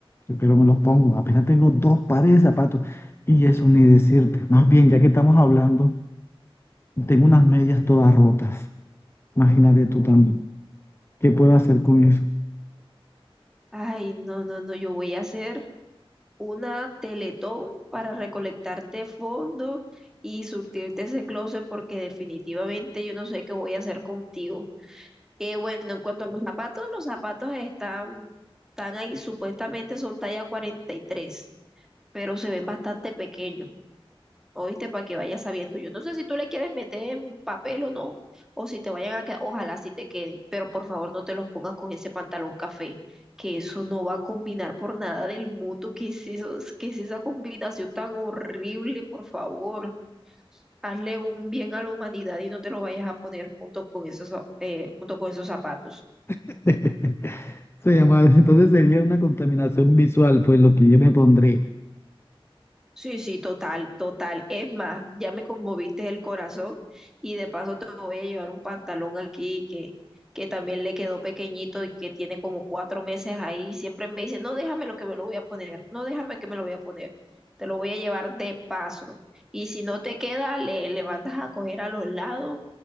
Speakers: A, on the left; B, in the centre.
A: pero me los pongo. Apenas tengo dos pares de zapatos. Y eso ni decirte. Más bien, ya que estamos hablando, tengo unas medias todas rotas. Imagínate tú también. ¿Qué puedo hacer con eso?
B: Ay, no, no, no, yo voy a hacer una teletón para recolectarte fondos y surtirte ese closet porque definitivamente yo no sé qué voy a hacer contigo. Eh, bueno, en cuanto a los zapatos, los zapatos están, están ahí, supuestamente son talla 43 pero se ven bastante pequeños. Oíste, para que vayas sabiendo. Yo no sé si tú le quieres meter en papel o no, o si te vayan a quedar, ojalá si te queden, pero por favor no te los pongas con ese pantalón café, que eso no va a combinar por nada del mundo. ¿Qué es eso? ¿Qué es esa combinación tan horrible? Por favor, hazle un bien a la humanidad y no te lo vayas a poner junto con esos, eh, junto con esos zapatos.
A: <laughs> Se llama, entonces sería una contaminación visual, pues lo que yo me pondré.
B: Sí, sí, total, total. Es más, ya me conmoviste el corazón y de paso te voy a llevar un pantalón aquí que, que también le quedó pequeñito y que tiene como cuatro meses ahí. y Siempre me dice, no, déjame lo que me lo voy a poner, no, déjame que me lo voy a poner. Te lo voy a llevar de paso. Y si no te queda, le, le mandas a coger a los lados